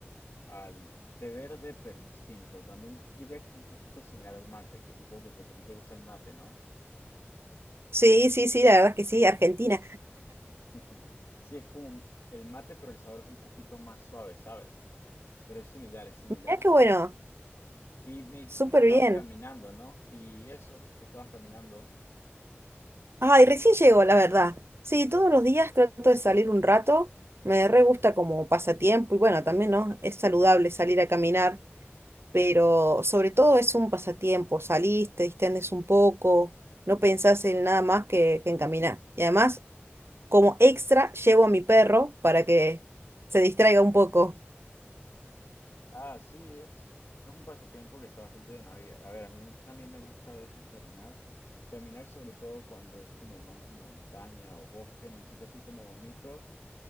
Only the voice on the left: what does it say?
al té verde, pero es distinto. También diría que es un poquito similar al mate, que supongo que te- a ti te gusta el mate, ¿no?
<laughs> Sí, es como el mate, pero el sabor es un poquito más suave, ¿sabes? Pero es similar, es similar.
Y me dijiste
que estabas
caminando, ¿no? Y eso, que estabas caminando.
Ujú.
Ah, sí, es, es un pasatiempo que está bastante bien. A ver, a ver, a mí también me gusta a veces caminar. Caminar sobre todo cuando es como más en montaña o bosque, en un sitio así como bonito,